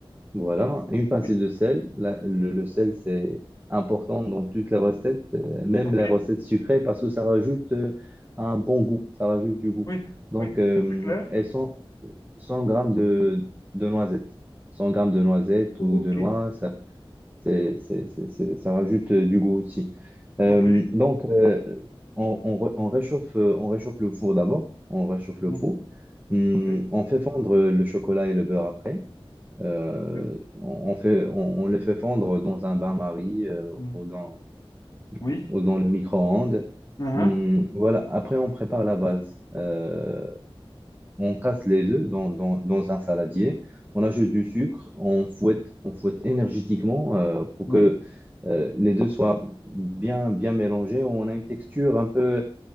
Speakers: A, on the right (about 20°); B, on the left (about 40°).
A: voilà, une pincée
B: Oui.
A: de sel. La- le, le sel, c'est important dans toutes les recettes, euh, même
B: OK.
A: les recettes sucrées, parce que ça rajoute euh, un bon goût, ça rajoute du goût.
B: Oui.
A: Donc,
B: Oui.
A: euh,
B: C'est clair?
A: elles sont 100 grammes de, de noisettes. 100 grammes de noisettes
B: OK.
A: ou de noix, ça, c'est, c'est- c'est- c'est- ça rajoute euh, du goût aussi. Euh,
B: OK.
A: donc, euh, on, on re- on réchauffe, euh, on réchauffe le four d'abord. On réchauffe le
B: Mhm.
A: four. Hum,
B: Oui.
A: on fait fondre euh, le chocolat et le beurre après. Euh,
B: Oui.
A: on, on fait, on, on les fait fondre dans un bain-marie euh,
B: Mhm.
A: ou dans,
B: Oui.
A: ou dans le micro-ondes.
B: Mhm.
A: Hum, voilà, après on prépare la base. Euh, on casse les œufs dans, dans, dans un saladier, on ajoute du sucre, on fouette, on fouette énergétiquement euh, pour
B: Oui.
A: que euh, les deux soient bien, bien mélangés. On a une texture un peu